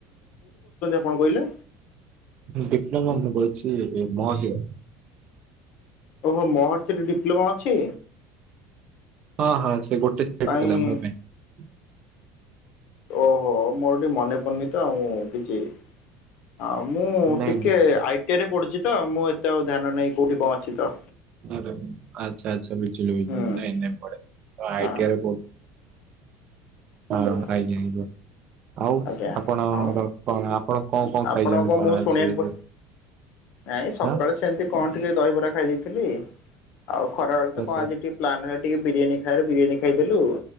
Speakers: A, on the left (about 65°); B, on the right (about 50°).
A: କ କହିଲେ?
B: ଡିପ୍ଲୋମା ମୁଁ କରିଛି ମହସ
A: ଓହୋ ମହର୍ଷରେ ଡିପ୍ଲୋମା ଅଛି।
B: ହଁ ହଁ ସେ ଗୋଟେ ସାଇଟ
A: କାଇଁ
B: ଥିଲା ମୋ ପାଇଁ
A: ଓହୋ ମୋର ଟିକେ ମନେ ପାରୁନି ତଉ ମୁଁ କିଛି ହଁ ମୁଁ
B: ନାଇଁ
A: ଟିକେ
B: ନାଇଁ ସେ-
A: ଆଇଟି ରେ ପଢୁଛି ତ ମୁଁ ଏତେ ଆଉ ଧ୍ୟାନ ନାହିଁ କୋଉଠି କଣ ଅଛି ତ
B: ଆଛା ଆଚ୍ଛା ବିଜୁିଲ ବିଜିଲ
A: ହୁଁ
B: ନାଇ ପେ
A: ହଁ
B: କର ହଁ
A: ହୁଁ
B: ଆଜ୍ଞା ଆଜ୍ଞା। ଆଉ
A: ଆଜ୍ଞା
B: ଆପଣର
A: ଆଉ
B: କଣ ଆପଣ କଣ କଣ
A: ଆପଣ
B: ଖାଇଛନ୍ତି କଣ
A: ମୁଁ
B: ଆଜି
A: ଶୁଣିବାକୁ ପା ନାଇଁ ସକାଳେ
B: ହାଁ?
A: ସେମିତି କଣ ଟିକେ ଦହିବରା ଖାଇଦେଇଥିଲି ଆଉ ଖରା ବେଳେ ତ
B: ଆଚ୍ଛା
A: କଣ ଆଜି ଟିକେ ପ୍ଲାନ୍ ହ ଟିକେ ବିରିୟାନୀ ଖାଇବାରେ ବିରିୟାନୀ ଖାଇଦେଲୁ